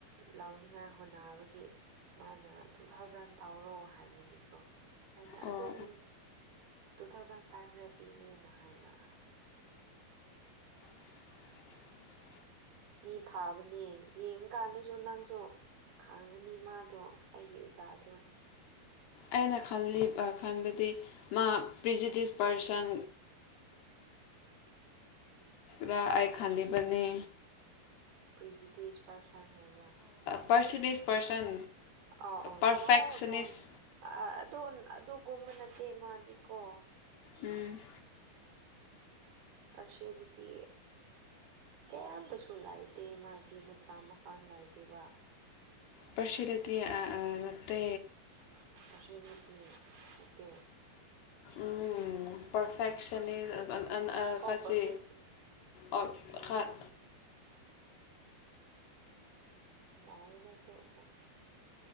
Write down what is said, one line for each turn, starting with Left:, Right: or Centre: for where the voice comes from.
Right: ꯂꯥꯎꯅꯤꯡꯉꯥꯏ ꯍꯣꯠꯅꯕꯒꯤ ꯃꯥꯅ ꯇꯨ ꯊꯥꯎꯖꯟ ꯇꯧꯔꯣ ꯍꯥꯏꯕꯒꯤꯀꯣ ꯑꯩꯅ
Left: ꯑꯣ
Right: ꯑꯗꯨꯝ
Left: ꯑꯣ
Right: ꯇꯨ ꯊꯥꯎꯖꯟ ꯐꯥꯏꯚ ꯍꯟꯗ꯭ꯔꯦꯠ ꯄꯤꯒꯦꯅ ꯍꯥꯏꯕ
Left: <inaudible>
Right: ꯃꯤ ꯐꯥꯕꯅꯦ ꯌꯦꯡ ꯀꯥꯟꯗꯁꯨ ꯅꯪꯁꯨ ꯈꯡꯉꯒꯅꯤ ꯃꯥꯗꯣ ꯑꯩꯒꯤ ꯑꯣꯖꯥꯗꯣ
Left: ꯑꯩꯅ ꯈꯜꯂꯤ ꯑꯥ ꯈꯟꯕꯗꯤ ꯃꯥ ꯄ꯭ꯔꯤꯖꯤꯇꯤꯁ ꯄꯥꯔꯁꯟ ꯔꯥ ꯑꯩ ꯈꯜꯂꯤꯕꯅꯦ
Right: ꯄ꯭ꯔꯤꯁꯤꯗꯤꯁ ꯄꯥꯔꯁꯟ ꯍꯥꯏꯕ꯭ꯔꯥ
Left: ꯄꯥꯔꯁꯇꯦꯖ ꯄꯔꯁꯟ
Right: ꯑꯥꯎ ꯑꯥꯎ
Left: ꯄꯔꯐꯦꯛꯁꯅꯤꯁ
Right: ꯅꯣ ꯅꯣ ꯑꯗꯨ ꯑꯗꯨꯒꯨꯝꯕ ꯅꯠꯇꯦ ꯃꯥꯗꯤꯀꯣ
Left: ꯎꯝ
Right: ꯄꯔꯁꯤꯗꯤ ꯀꯌꯥꯝꯇꯁꯨ ꯂꯥꯏꯇꯦ ꯃꯥꯗꯤ ꯃꯆꯥ ꯃꯈ ꯅꯥꯏꯗꯦꯕ
Left: ꯄꯁꯤꯂꯗꯤ ꯑꯥ ꯑꯥ ꯅꯠꯇꯦ
Right: <inaudible>
Left: ꯎꯝ ꯄꯔꯐꯦꯛꯁꯟꯅꯤ ꯑꯥ ꯑꯟ ꯑꯥ
Right: ꯑꯣ
Left: ꯀꯥꯁꯤ
Right: ꯄꯔꯐꯦꯛꯁꯟ
Left: ꯑꯣ ꯈꯠ
Right: ꯌꯥꯔꯗ ꯇꯣꯛ ꯑꯣ